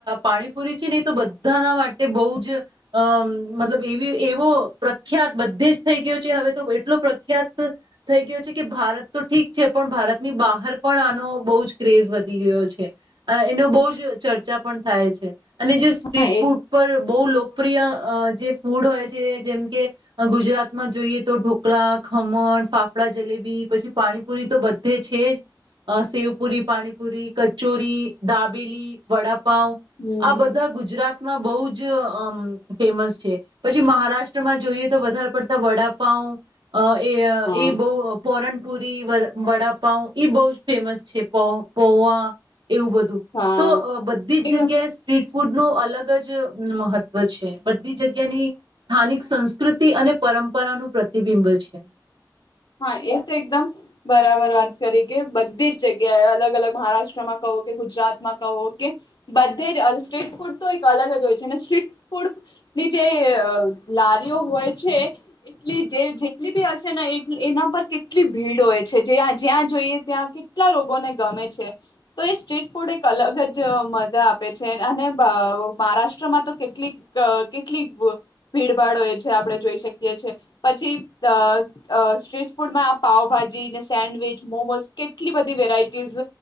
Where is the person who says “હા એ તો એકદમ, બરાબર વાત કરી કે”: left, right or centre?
Left